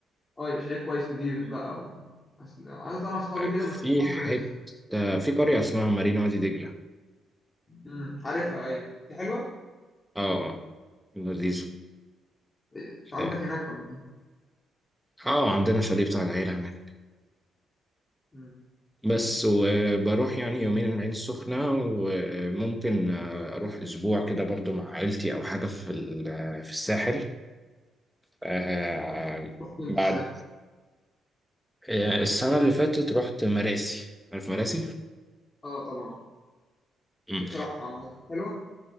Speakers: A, on the left; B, in the centre.
A: اه يبقى شاليه كويس نضيف بقى و... عايز عايز اطلع انا واصحابي كده
B: في
A: بس مش عارف
B: حتة
A: كويس
B: في قرية اسمها مارينا وادي دجلة
A: امم عارفها ايوه دي حلوه
B: اه اه لذيذ
A: إيه، انت عندك
B: اه
A: هناك ولا ايه؟
B: آه، عندنا شاليه بتاع العيلة هناك
A: امم
B: بس وبروح يعني يومين العين السخنة وممكن آه، أروح أسبوع كده برضو مع عيلتي أو حاجة في ال- في الساحل آه،
A: رحت فين
B: بعد
A: في الساحل
B: آه، السنة اللي فاتت رحت مراسي عارف مراسي؟
A: اه طبعا
B: مم.
A: نفسي اروح عامة حلوة